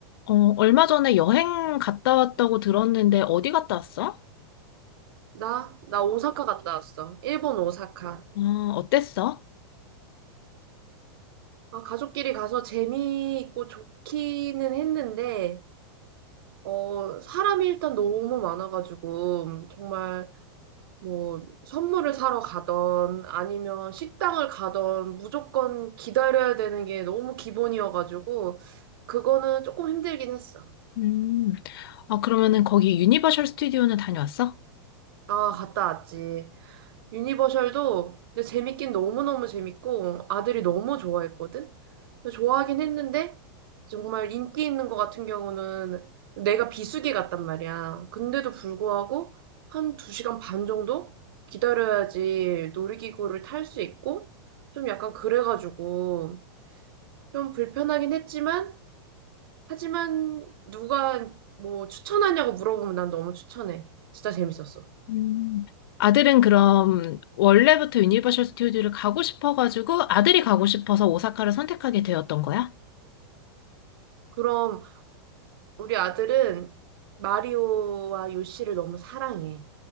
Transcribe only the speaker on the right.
나? 나 오사카 갔다 왔어. 일본 오사카.
아, 가족끼리 가서 재미있고 좋기는 했는데, 어, 사람이 일단 너무 많아가지고, 정말 뭐, 선물을 사러 가던, 아니면 식당을 가던, 무조건 기다려야 되는 게 너무 기본이어가지고, 그거는 조금 힘들긴 했어.
아, 갔다 왔지. 유니버셜도 근데 재밌긴 너무너무 재밌고 아들이 너무 좋아했거든? 근데 좋아하긴 했는데 정말 인기 있는 거 같은 경우는 내가 비수기 같단 말이야. 근데도 불구하고 한 두시간반 정도 기다려야지 놀이기구를 탈 수 있고 좀 약간 그래가지고 좀 불편하긴 했지만 하지만 누가 뭐 추천하냐고 물어보면 난 너무 추천해. 진짜 재밌었어.
그럼 우리 아들은 마리오와 요시를 너무 사랑해.